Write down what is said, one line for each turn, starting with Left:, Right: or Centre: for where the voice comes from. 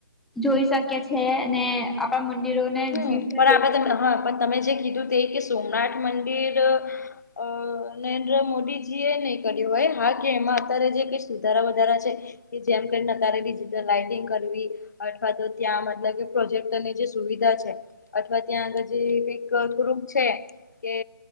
Centre: જોઈ શકે છે ને આપણા મંદિરોને
Left: હમ
Centre: જીવતા
Left: પણ
Centre: જોઈ
Left: આપણે
Centre: શકે.
Left: તમે હા પણ તમે જે કીધું તે કે સોમનાથ મંદિર. અ નરેન્દ્ર મોદીજી એ નહી કર્યું હોય હા કે એમાં અત્યારે જે કઈ સુધારા વધારા છે. કે જેમ કે નકારે ડિજિટલ લાઈટિંગ કરવી અથવા તો ત્યાં મતલબ કે પ્રોજેક્ટની જે સુવિધ. છે અથવા ત્યાં જે કઈક થોડુંક છે. કે